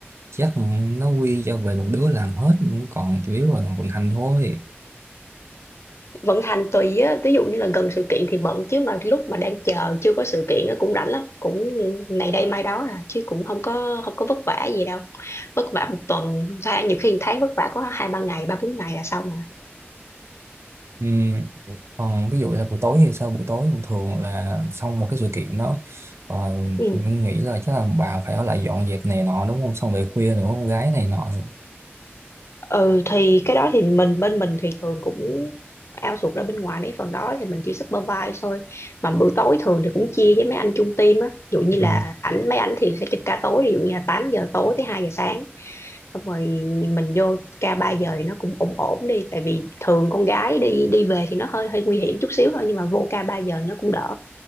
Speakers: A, on the right; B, on the left.
A: chắc nó quy cho về một đứa làm hết còn chủ yếu là vận hành thôi
B: Vận hành tùy á, ví dụ như là gần sự kiện thì bận chứ mà lúc mà đang chờ chưa có sự kiện á cũng rảnh lắm, cũng này đây mai đó à chứ cũng không có không có vất vả gì đâu. Vất vả một tuần, và nhiều khi một tháng vất vả có hai ba ngày, ba bốn ngày là xong rồi
A: ừ. còn ví dụ là buổi tối thì sao buổi tối thường thường là xong một cái sự kiện đó rồi
B: Ừ.
A: tôi cũng nghĩ là chắc là bà phải ở lại dọn dẹp này nọ đúng không xong về khuya nữa con gái này nọ
B: ừ thì cái đó thì mình bên mình thì thường cũng outsource ra bên ngoài mấy phần đó thì mình chỉ supervise thôi mà bữa tối thường thì cũng chia với mấy anh chung team á ví dụ như
A: ừ.
B: là ảnh mấy ảnh thì sẽ trực ca tối ví dụ như là 8 giờ tối tới hai giờ sáng xong rồi mình vô ca 3 giờ thì nó cũng ổn ổn đi tại vì thường con gái đi đi về thì nó hơi hơi nguy hiểm chút xíu thôi nhưng mà vô ca 3 giờ nó cũng đỡ